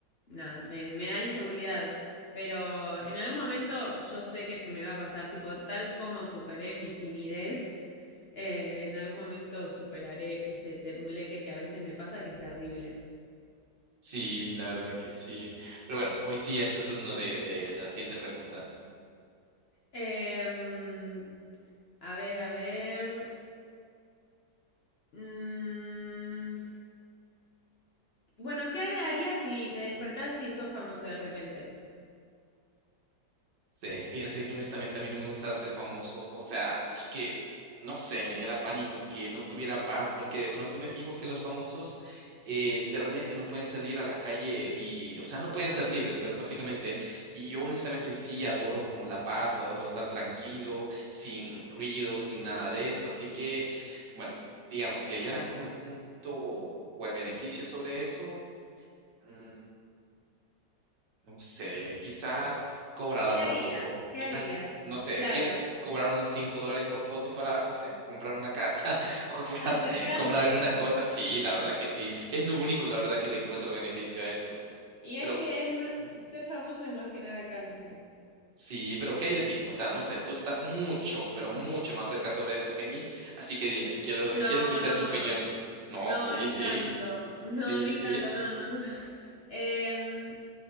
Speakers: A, on the left; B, on the right.
A: nada, me, me da inseguridad. Pero en algún momento yo sé que se me va a pasar, tipo, tal como superé mi timidez, eh, en algún momento superaré ese tembleque que a veces me pasa, que es terrible.
B: Sí, la verdad que sí. Pero bueno, hoy sí es tu turno de, de, de la siguiente pregunta.
A: Em, a ver, a ver. Mm, Bueno, ¿qué harías si te despertás y sos famoso de repente?
B: Sí, fíjate que honestamente a mí no me gustaría ser famoso, o sea, es que, no sé, me diera pánico que no tuviera paz, porque de pronto me fijo que los famosos eh, literalmente no pueden salir a la calle y, o sea, no pueden
A: No.
B: ser libres, ¿verdad? Básicamente, y yo honestamente sí adoro como la paz, adoro estar tranquilo, sin ruido, sin nada de eso, así que, bueno, digamos, si hallara como el punto o el beneficio sobre eso. mm, no sé, quizás cobrará
A: ¿Qué
B: por
A: harías?
B: foto,
A: ¿Qué
B: quizás,
A: harías?
B: no sé,
A: Claro,
B: quiero cobrar unos 5 dólares por foto para, no sé, comprar una casa <laughs> o comprar,
A: hacer canje.
B: comprar algunas cosas. Sí, la verdad que sí, es lo único, la verdad que le encuentro beneficio a eso.
A: Y
B: Pero
A: es que es más, ser famoso es más que nada canje.
B: sí, pero ¿qué hay de ti? O sea, no sé, tú estás mucho, pero mucho más cerca sobre eso que mí, así que dime, quiero,
A: No,
B: quiero escuchar
A: no,
B: tu opinión. No,
A: no,
B: sí,
A: ni
B: sí,
A: tanto. No,
B: sí,
A: ni
B: sí.
A: tanto, no, no, no. <laughs> Em,